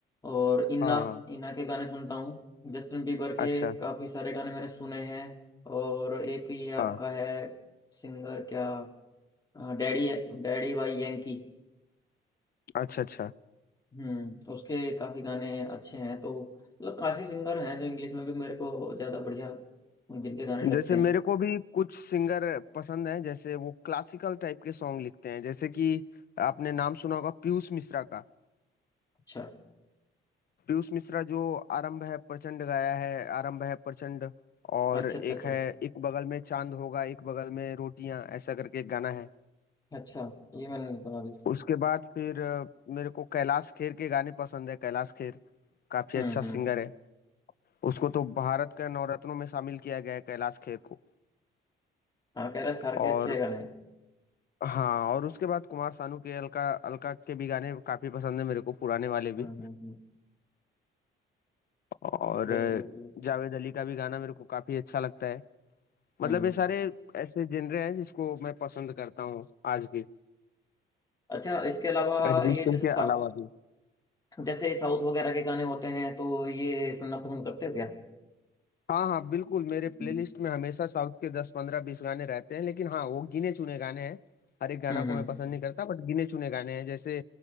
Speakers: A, on the left; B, on the left.
A: और इन्ना
B: हाँ हाँ
A: इन्ना के गाने सुनता हूँ जस्टिन बीबर के
B: अच्छा
A: काफ़ी सारे गाने मैंने सुने हैं और एक ये
B: हाँ
A: आपका है सिंगर क्या हाँ, डैडी Daddy Yankee
B: अच्छा अच्छा
A: हम्म उसके काफी गाने अच्छे हैं तो मतलब काफी सिंगर हैं जो इंग्लिश में भी मेरे को ज्यादा बढ़िया जिनके गाने लगते
B: जैसे
A: हैं
B: मेरे को भी कुछ सिंगर पसंद हैं जैसे वो क्लासिकल टाइप के सॉन्ग लिखते हैं जैसे कि आपने नाम सुना होगा पीयूष मिश्रा का
A: अच्छा
B: पीयूष मिश्रा जो आरंभ है प्रचंड गाया है आरंभ है प्रचंड और
A: अच्छा अच्छा
B: एक
A: अच्छा
B: है एक बगल में चांद होगा एक बगल में रोटियां ऐसा करके एक गाना है
A: अच्छा ये मैंने नहीं सुना अभी
B: उसके बाद फिर अ, मेरे को कैलाश खेर के गाने पसंद है कैलाश खेर काफी
A: हम्म
B: अच्छा
A: हम्म
B: सिंगर है उसको तो भारत के नवरत्नों में शामिल किया गया है कैलाश खेर को
A: हाँ कैलाश खार
B: और
A: के अच्छे गाने हैं
B: हाँ और उसके बाद कुमार सानू के अलका अलका के भी गाने काफी पसंद है मेरे को पुराने वाले
A: हम्म
B: भी
A: हम्म हम्म,
B: और
A: बिल्कुल
B: अ,
A: बिल्कुल बिल्कुल।
B: जावेद अली का भी गाना मेरे को काफी अच्छा लगता है मतलब
A: हम्म
B: ये सारे ऐसे जनरे हैं जिसको मैं पसंद करता हूँ आज भी
A: अच्छा इसके अलावा
B: अरिजीत
A: ये
B: सिंह
A: जैसे
B: के
A: सा,
B: अलावा भी
A: जैसे साउथ वगैरह के गाने होते हैं तो ये सुनना पसंद करते हो क्या
B: हाँ हाँ बिल्कुल मेरे प्लेलिस्ट
A: हम्म
B: में हमेशा साउथ के दस पंद्रह बीस गाने रहते हैं लेकिन हाँ वो गिने चुने गाने हैं हर एक गाना
A: हम्म
B: को मैं पसंद नहीं करता बट गिने चुने गाने हैं जैसे